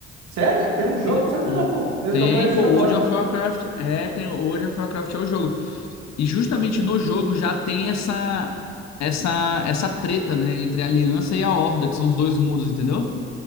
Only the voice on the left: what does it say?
Tem,
um,
tem,
pô, World
of Warcraft, é, tem, o World of Warcraft é o jogo. E justamente no jogo já tem essa essa essa treta, né, entre a Aliança e a Horda, que são os dois mundos, entendeu?